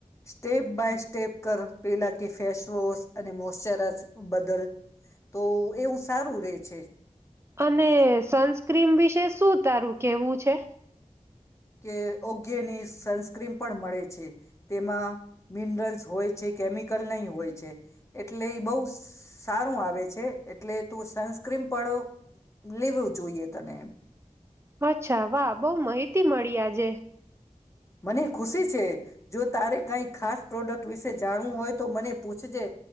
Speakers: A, on the left; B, on the right.
A: સ્ટેપ બાય સ્ટેપ કર પેલા કે ફેસવોશ અને મોશચરાઝર બદલ તો એવું સારું રે છે.
B: અને સનસ્ક્રીન વિશે શું તારું કેવું છે?
A: કે ઓકેની સનસ્ક્રીન પણ મળે છે. તેમાં મિનરલ્સ હોય છે, કેમિકલ નહી હોય છે. એટલે ઈ બહુ સારું આવે છે, એટલે તું સનસ્ક્રીન પણ લેવું જોઈએ તને એમ.
B: અચ્છા. વાહ બહું મહિતી મળી આજે.
A: મને ખુશી છે, જો તારે કઈ ખાસ પ્રોડક્ટ વિશે જાણવું હોય તો મને પૂછજે.